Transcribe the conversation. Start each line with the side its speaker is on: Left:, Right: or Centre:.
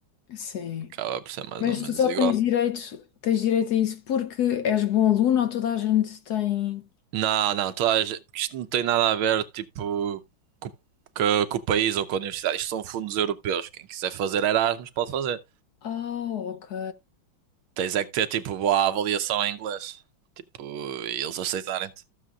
Left: Sim.
Right: acaba por ser mais
Left: Mas
Right: ou menos
Left: tu só
Right: igual.
Left: tens direito, tens direito a isso porque és bom aluno ou toda a gente tem.
Right: Não, não, toda a gente, porque isto não tem nada a ver, tipo, co- co- com, o país ou com a universidade. Isto são fundos europeus. Quem quiser fazer Erasmus pode fazer.
Left: Oh, ok.
Right: Tens é que ter, tipo, boa avaliação em inglês. Tipo, e eles aceitarem-te,